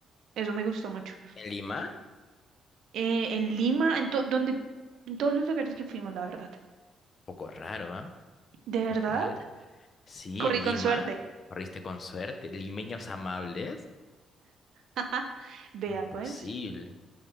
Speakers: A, on the right (about 75°); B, on the left (about 45°).
A: Eso me gustó mucho.
B: ¿En Lima?
A: Eh, en Lima, en, to- donde, en todos los lugares que fuimos, la verdad.
B: Un poco raro, ¿ah? Un
A: ¿De
B: poco
A: verdad?
B: raro. Sí,
A: Corrí
B: en Lima.
A: con suerte.
B: Corriste con suerte. Limeños amables.
A: <laughs> Vea
B: Imposible.
A: pues.